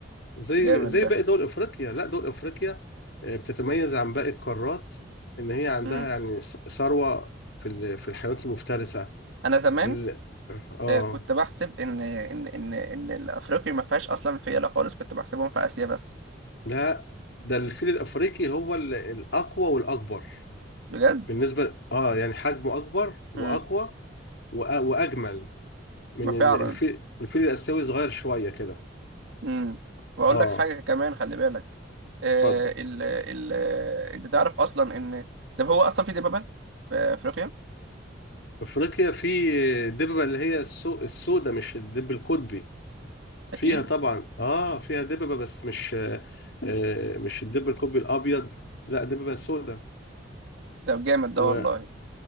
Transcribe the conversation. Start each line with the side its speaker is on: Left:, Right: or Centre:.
Left: زي
Right: جامد
Left: زي
Right: ده
Left: باقي دول افريقيا لا دول افريقيا آه، بتتميز عن باقي القارات ان هي عندها
Right: امم
Left: يعني ث- ثروة في ال... في الحيوانات المفترسة
Right: انا زمان
Left: ال... اه
Right: آه، كنت بحسب ان ان ان ان الافريقيا ما فيهاش اصلا فيلة خالص كنت بحسبهم في اسيا بس
Left: لا ده الفيل الافريقي هو ال... الاقوى والاكبر
Right: بجد
Left: بالنسبة اه يعني حجمه اكبر واقوى
Right: مم.
Left: وأ- واجمل من
Right: ما فعلا
Left: ال- الفيل الفيل الاسيوي صغير شويه كده
Right: مم. واقول
Left: اه
Right: لك حاجه كمان خلي بالك آه
Left: اتفضل
Right: ال ال آه، انت تعرف اصلا ان طب هو اصلا في دبابه في افريقيا
Left: افريقيا في دببه اللي هي السو... السوداء مش الدب القطبي
Right: اكيد
Left: فيها طبعا اه فيها دببه بس مش آه مش الدب القطبي الابيض لا دببه سوداء
Right: ده جامد ده
Left: و
Right: والله
Left: اه